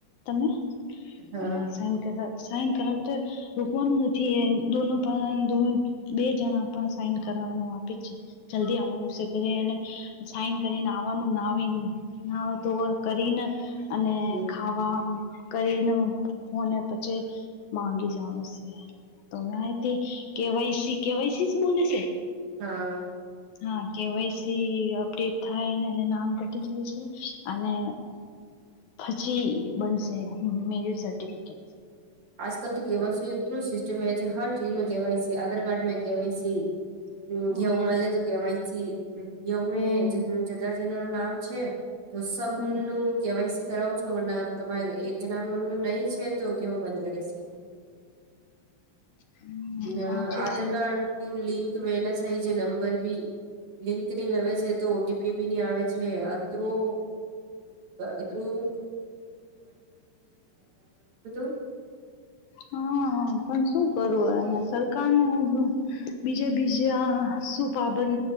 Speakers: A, on the left; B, on the right.
A: તમે
B: હા
A: એ સાન સાઇન કરાવ તો રોકવાનું નથી એોનો <inaudible> પણ બે જણા પણ સાઈન કરવાનું આપે જલ્દી આવવાનું છે ઘરે એને સાઈન કરીને આવવાનું ના ના તો કરીને અને
B: હમ
A: આવા કરીને પછી માગી જાનું છે <unintelligible>
B: હા
A: હા કેવાયસી અપડેટ થાય એ નામ કટી દાય છે અને જી બનસે મેરિટ સર્ટિફિકેટ
B: આજ કલ તો કેવા સિસ્ટમ છે હર ચીજ મા કે વાઇ શી છે આધાર કાર્ડ મે કેવાયસી
A: હમ
B: ઘેઉ મળે તોયથી ઘેઉ
A: હમ
B: જદા જના નું નામ છે <inaudible> તો સબનું
A: હમ
B: કેવાય સી કરાવું છું તો ના તમારે એક જણા ન નહી છે તો કેવું બંધ કરે છે.
A: હમ સાચી
B: અ આધાર
A: છે
B: કાર્ડ લિંક વેના સાહી જે નંબર બી લિંક નહી આવે છે તો ઓટીપી બી નઈ આવે છે અતરું અતું <unintelligible>
A: હા પણ શું કરું અને સરકારને બીજા બીજા શુંપબન